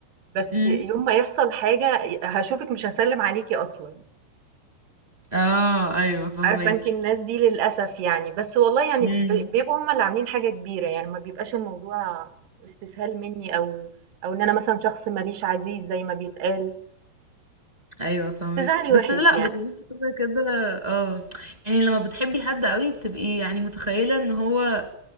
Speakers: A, on the right; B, on the right.
A: بس
B: امم
A: يوم ما يحصل حاجة ي هاشوفِك مش هاسلِّم عليكِ أصلًا،
B: اه ايوه فهماكي
A: عارفة أنتِ الناس دي للأسف يعني، بس والله يعني
B: فهماكي
A: ب بيبقوا هُم اللي عاملين حاجة كبيرة، يعني ما بيبقاش الموضوع استسهال منّي أو أو إن أنا مثلًا شخص ما ليش عزيز زي ما بيتقال،
B: ايوه فاهمك
A: بس زعلي
B: بس
A: وِحِش
B: لا
A: يعني،
B: بصراحه كده كده اه يعني لما بتحبي حد قوي بتبقي يعني متخيله ان هو